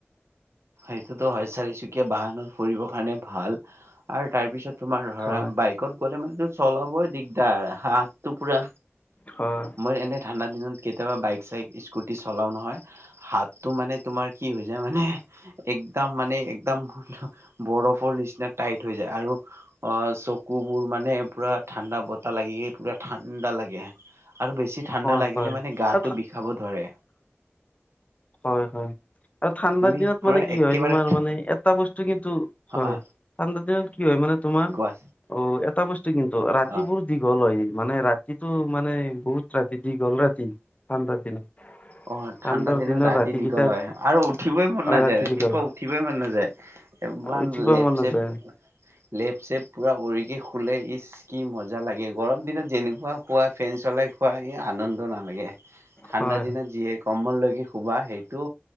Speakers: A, on the right (about 70°); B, on the left (about 30°).
A: সেইটোতো হয়, চাৰিচকীয়া বাহনত ফুৰিবৰ কাৰণে ভাল । আৰু তাৰ পিছত তোমাৰ ধৰা,
B: হয়
A: বাইকত গ'লে মানেতো চলাবই দিগদাৰ। হাতটো পুৰা
B: হয়
A: মই এনে ঠাণ্ডাত দিনত কেতিয়াবা বাইক-চাইক, স্কুটি চলাওঁ নহয়, হাতটো মানে তোমাৰ কি হৈ যায় মানে একদম মানে একদম <inaudible> বৰফৰ নিচিনা টাইট হৈ যায়। আৰু অ' চকু বোৰ মানে পুৰা ঠাণ্ডা বতাহ লাগি পুৰা ঠাণ্ডা লাগে। আৰু বেছি ঠাণ্ডা
B: হয়
A: লাগিলে,
B: হয়
A: মানে গাটো
B: আৰু ঠা-
A: বিষাব ধৰে।
B: হয় - হয়, আৰু ঠাণ্ডাৰ
A: তুমি
B: দিনত
A: পুৰা
B: মানে কি
A: একেবাৰে
B: হয়, তোমাৰ মানে এটা বস্তু কি ন্তু হয়।
A: অ
B: ঠাণ্ডা দিনত কি হয় মানে তোমাৰ,
A: কোৱা
B: অ' এটা বস্ তু কিন্তু, ৰাতিবোৰ
A: অ
B: দীঘল হয় । মানে ৰা ৰাতিটো মানে বহুত ৰাতি, দীঘল ৰাতি। ঠাণ্ডাৰ দিনত।
A: অ'
B: ঠাণ্ডাৰ
A: ঠাণ্ডা দিন
B: দিনৰ
A: ত ৰাতি
B: ৰাতিকেইটাত
A: দীঘল হয় আৰু উঠিবই মন
B: অ
A: নাযায়।
B: ৰাতি
A: ৰাতিপুৱা
B: দীঘল
A: উঠিবই মন নাযায় । ইমান
B: উঠিব
A: লেট
B: মন নাযায়
A: ছেপ, লেপ-চেপ পুৰা উৰিকে শু লে ইচ্, কি মজা লাগে । গৰম দিনত যেনেকুৱা শুৱা, ফেন চলাই শুৱা । এই আনন্ দ নালাগে। ঠাণ্ডা
B: হয়
A: দিনত যিয়ে কম্বললৈকে শুবা সেইটো